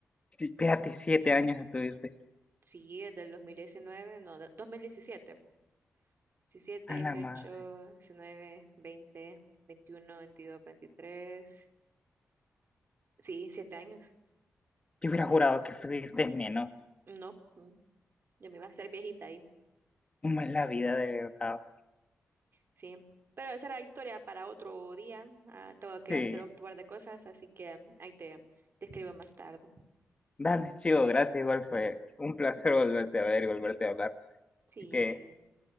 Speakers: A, on the left; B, on the right.
A: Sí, Espérate, siete años estuviste.
B: sí, desde el 2019 no, de- 2017, diecisiete diecisiete, dieciocho
A: A la madre.
B: diecinueve veinte veintiuno veintidós veintitrés sí, siete años,
A: Yo hubiera jurado que estuviste menos.
B: no, mm, ya me iba a hacer viejita
A: ¿Cómo es la vida de verdad?
B: Sí, pero esa era historia para otro día. Ah, tengo que
A: Sí.
B: hacer un par de cosas, así que ahí te, te escribo más tarde.
A: Dale, chico, gracias. Igual fue un placer volverte a ver y volverte a hablar.
B: Sí,
A: Así que,